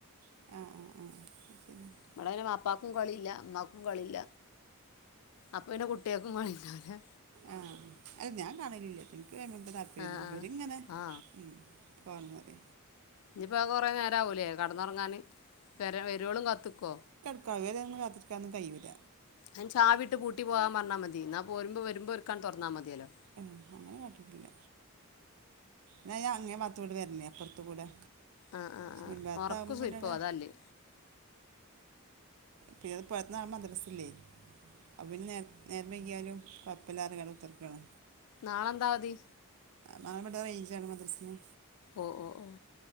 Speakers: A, on the right; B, on the left.
A: ആഹ് ആഹ് ആഹ് <unintelligible>
B: ഇബടെ അയ്ന് വാപ്പാക്കും കളി ഇല്ല ഇമ്മാക്കും കളില്ല. അപ്പ പിന്നെ കുട്ട്യേൾക്കും മളിണ്ടാവൂല
A: ആഹ് അഹ് ഞാൻ കാണലില്ല ട്ടോ ഇന്ക് അയ്മ <unintelligible> താല്പര്യൊന്നുല്ല
B: ആ ആ
A: ഇവര്ങ്ങനെ
B: ആ
A: ഉം കാണ്വാലെ
B: ഇഞ്പ്പോ കൊറേ നേരാവൂലെ കട്‌ന്നൊർങ്ങാൻ. വരെ വരോളും കാത്ത്ക്കോ
A: ക്ക ഇവരെന്നും കാത്തിരിക്കാനൊന്നും കൈയ്യൂല
B: അയ്ൻ ചാവിട്ട് പൂട്ടി പോവാം പറ്ഞ്ഞാ മതി. ന്ന പോരുമ്പോ വരുമ്പോ ഓര്ക്കാണ്ട് തൊറ്ന്നാ മതിയെലൊ
A: ഉം അങ്ങനെ കാട്ടീട്ടില്ല ന്നാ ഞാ അങ്ങേ പാത്തൂടെ വര്നെ അപ്പൊർത്തു കൂടെ
B: ആഹ് ആഹ്
A: മുൻഭാഗത്താകുമ്പോ
B: ആഹ് ഒർക്ക് സുയ്പ്പാവും
A: പിന്നെ അവിടെ
B: അതാല്ലേ
A: പിയത് പത് നാ മദ്റസ് ഇല്ലേ അപ്പ് പിൻ നേര് നേരം വെയ്ക്യാലും കൊയപ്പല്ലാറ്ഞ്കാണ്ട് കുത്തർക്കാണ്
B: നാളെ എന്താ അവധി
A: നാളെ ഇവിടെ റൈഞ്ചാണ് മദർസിന്
B: ഒഹ് ഒഹ്ഓഹ്